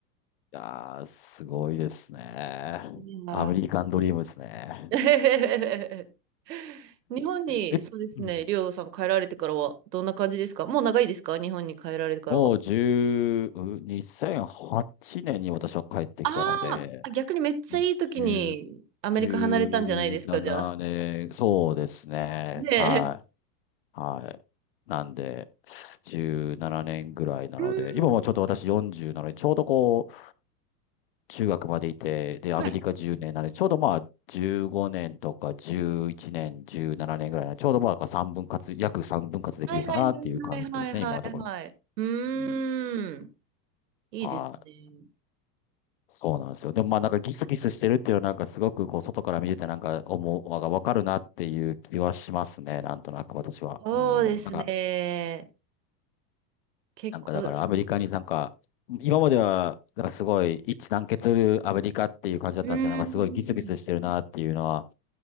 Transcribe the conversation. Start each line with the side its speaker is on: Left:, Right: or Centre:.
Left: いやー、すごいですね。
Right: いやー
Left: アメリカンドリームですね。
Right: <laughs> 日本に、
Left: え、
Right: そうですね、
Left: うん
Right: りょうさん帰られてからは、どんな感じですかもう長いですか日本に帰られてからは。
Left: もう1う2008年に私は帰ってきたので、
Right: あーあ、逆にめっちゃいい時にアメリカ離れたんじゃないですか、
Left: 20、17年、
Right: じゃあ。
Left: そうですね。
Right: ねえ。
Left: はい。はい。なんで、17年ぐらいなので、
Right: うん、
Left: 今もちょっと私40なので、ちょうどこう、中学までいて、で、
Right: はい。
Left: アメリカ10年なので、ちょうどまあ、15年とか11年、17年ぐらいなので、ちょうどまあ、3分割、約3分割できるかなっていう感じですね、
Right: はいはいはいはいはいはい。
Left: 今のところ。
Right: うーん、
Left: うん。
Right: いいですね。
Left: はい。そうなんですよ。でもまあなんかギスギスしてるっていうのはなんかすごくこう外から見ててなんか思う、わかるなっていう気はしますね。なんとなく私は。
Right: そうですね。
Left: うん。なんか
Right: 結構、
Left: なんかだからアメリカになんか、
Right: う
Left: 今まではなんかすごい一致団結するアメリカっていう感じだったんですけど、
Right: ーん、
Left: なんかすごいギスギスしてるなっていうのは、